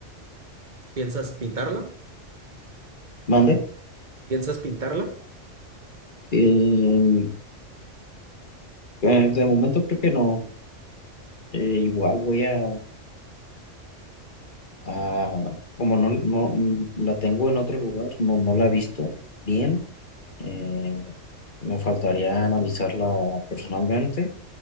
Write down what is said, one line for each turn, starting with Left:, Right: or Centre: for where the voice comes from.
Right: ¿Piensas pintarla?
Left: mande.
Right: ¿Piensas pintarla?
Left: Eh, eh, de momento creo que no. Eh, igual voy a, a- como no, no mm, la tengo en otro lugar, no, no la he visto bien. eh, me faltaría analizarla personalmente